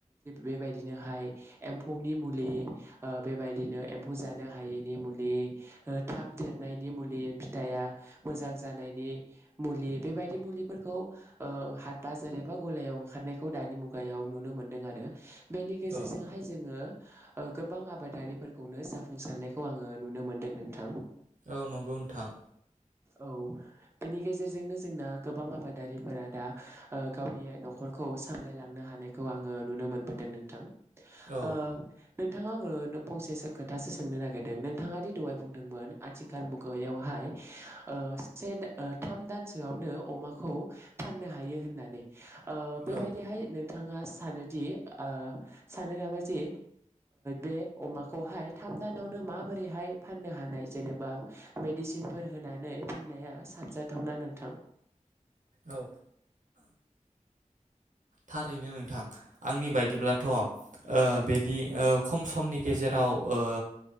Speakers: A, on the right; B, on the right.
A: बेबायदिनोहाय एम्फौनि मुलि ओ बेबायदिनो एम्फौ जानो हायैनि मुलि ओ थाब देरनायनि मुलि फिथाइया मोजां जानायनि मुलि बेबायदि मुलिफोरखौ ओ बाजार एबा गलायाव ओंखारनायखौ दानि मुगायाव नुनो मोनो। दों आरो बेनि गेजेरजोंहाय
B: औ
A: जोङो गोबां आबादारिफोरखौनो जाफुंसारनायखौ आङो नुनो मोनदों नोंथां।
B: औ नंगौ नोंथां।
A: औ बेनि गेजेरजोंनो जोंना गोबां आबादारिफोरा दा ओ गावनि न'खरखौ सामलायलांनो हानायखौ आङो नुनो मोनबोदों नोंथां
B: औ
A: ओ नोंथांङा ओ नो फंसे खोथासो सोंनो नागिरदों नोंथाङा दि दहाय बुंदोंमोन आथिखाल मुगायावहाय ओ से ओ थाम दानसोआवनो अमाखौ फाननो हायो होनना नै ओ बेबायदिहाय
B: औ
A: नों थाङा सानोदि ओ सानो नामा जे बे अमाखौहाय थाम दानावनो माबोरैहाय फाननो हानाय जेनेबा मेडिसिनफोर होनानै फाननाया साबजाथावना नोंथां
B: औ थारैनो नोंथां आंनि बायदिब्लाथ ओ बेदि ओ खम समनि गेजेराव ओ